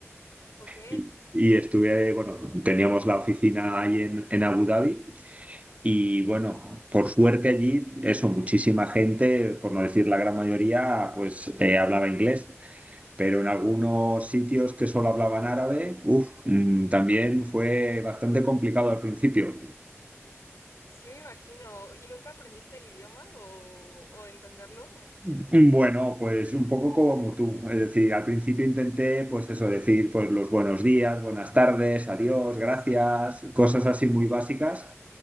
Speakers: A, on the left; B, on the right.
A: Ok,
B: Y, y estuve, bueno, teníamos la oficina ahí en, en Abu Dhabi y bueno, por suerte allí, eso, muchísima gente, por no decir la gran mayoría, pues eh, hablaba inglés. Pero en algunos sitios que solo hablaban árabe, uf, mm, también fue bastante complicado al principio.
A: sí me imagino. ¿Y nunca aprendiste el idioma o, o entenderlo?
B: Bueno, pues un poco como tú, es decir, al principio intenté, pues eso, decir, pues los buenos días, buenas tardes, adiós, gracias,
A: Sí,
B: cosas así muy básicas,